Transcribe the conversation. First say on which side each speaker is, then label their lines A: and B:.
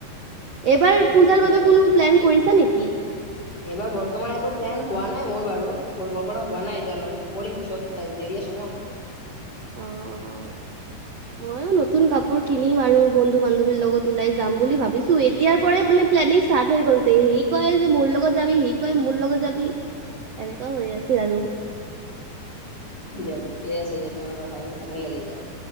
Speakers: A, on the right; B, on the left.
A: এইবাৰ
B: সেইটোতো
A: পূজাৰ
B: ওলাই
A: বাবে কোনো
B: বাহিৰে
A: প্লেন কৰিছা নেকি?
B: এইবাৰ বৰ্তমান একো প্লেন হোৱা নাই মোৰ বাৰু পৰিকল্পনা হোৱা নাই এতিয়ালৈ কৰিম পিছত দেৰি আছ ন।
A: অ', অ'।
B: <inaudible>
A: ময়ো নতুন কাপোৰ কিনিম আৰু বন্ধু বান্ধৱীৰ লগত ওলাই যাম বুলি ভাবিছো। এই এতিয়াৰ পৰাই মানে প্লেনিং ষ্টাৰ্ট হৈ গ'লছে সি কয় যে মোৰ লগত যাবি, সি কয় মোৰ লগত যাবি। এনেকাও হৈ আছে আৰু।
B: দিয়া ঠিকে আছে দিয়া, তোমাৰ কথা যেন ভালে লাগিল দিয়া।